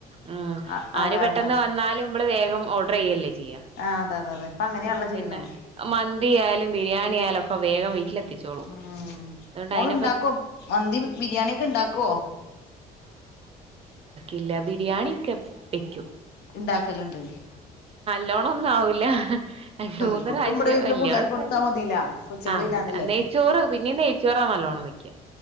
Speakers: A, on the right; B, on the left.
A: ഉം
B: അ
A: ആര്
B: അതെ
A: പെട്ടെന്ന്
B: അതെ
A: വന്നാലും ഇമ്മൾ വേഗം ഓഡർ ചെയ്യല്ലെ ചെയ്യാ.
B: ആഹ് അതെ അതെ അതെ ഇപ്പൊ അങ്ങനെയാണല്ലോ
A: അപ്പൊ പിന്നെ
B: ചെയ്യണേ
A: മന്തി ആയാലും ബിരിയാണി ആയാലും ഒ ഇപ്പ വേഗം വെ ട്ടിൽ എത്തിച്ചോളും
B: ഉം
A: അയുകൊണ്ട്
B: മോള്
A: അയിനെ
B: ഇണ്ടാക്കോ മന്തി ബിരിയാണി ഒക്കെ ഇണ്ടാക്കോ
A: ഇല്ല ബിരിയാണി ഒക്കെ വെക്കും
B: ഉണ്ടാക്കലുണ്ട്
A: നല്ലോണൊന്നും ആവൂല്ല മൂന്ന്
B: ഇബക്കും
A: പ്രാവശ്യം
B: ഇവിടെ വീട്ടില്
A: വല്യ
B: പിള്ളേർക്ക്
A: കൊഴപ്പോല്ല
B: കൊടുത്താ മതിലാ കൊച്ചുങ്ങള്
A: ആഹ്
B: തിന്നാനല്ലേ
A: നെയ്ച്ചോറ് പിന്നെയും നെയ്ച്ചോറാ നല്ലോണം വെയ്